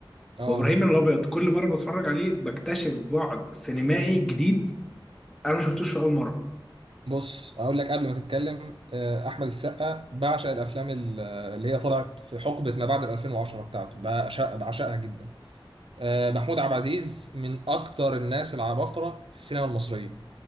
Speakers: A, on the right (about 85°); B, in the centre.
A: اه
B: وابراهيم الابيض كل مره بتفرج عليه بكتشف بعد سينمائي جديد انا ما شفتوش في اول مره
A: بص اقول لك قبل ما تتكلم آه، احمد السقا بعشق الافلام ال- اللي هي طلعت في حقبه ما بعد 2010 بتاعته بعشق بعشقها جدا آه، محمود عبد العزيز من اكتر الناس العباقره في السينما المصريه